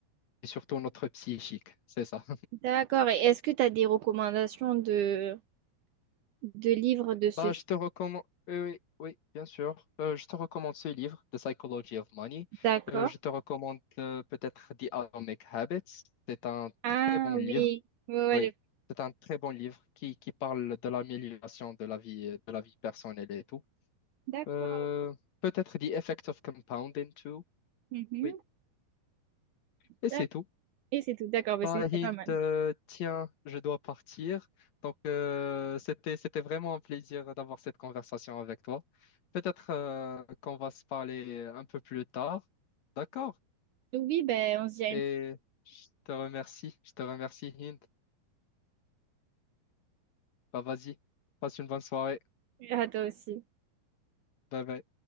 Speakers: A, on the left (about 60°); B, on the right (about 80°).
A: c'est surtout notre psychique, c'est ça.
B: D'accord. Et est-ce que tu as des recommandations de, de livres de ce
A: Bah,
B: type?
A: je te recommande, oui, oui, oui, bien sûr. Euh, je te recommande ce livre, The Psychology of Money.
B: D'accord.
A: Euh, je te recommande euh, peut-être The Atomic Habits. C'est un
B: Ah
A: très bon livre.
B: oui. Ouais, ouais,
A: Oui,
B: le-
A: c'est un très bon livre qui, qui parle de l'amélioration de la vie, de la vie personnelle et tout.
B: D'accord.
A: Euh, peut-être The Effect of Compounding too.
B: Mhm.
A: Oui, et c'est
B: D'ac-
A: tout.
B: Et c'est tout. D'accord, bah,
A: Pas
B: c'est déjà
A: Hint,
B: pas mal.
A: euh, tiens, je dois partir. Donc, euh, c'était, c'était vraiment un plaisir d'avoir cette conversation avec toi. Peut-être euh, qu'on va se parler un peu plus tard. D'accord?
B: Oui, ben on se dit à
A: Et
B: une-
A: je te remercie. Je te remercie, Hint. Bah, vas-y. Passe une bonne soirée.
B: à toi aussi.
A: Bye bye.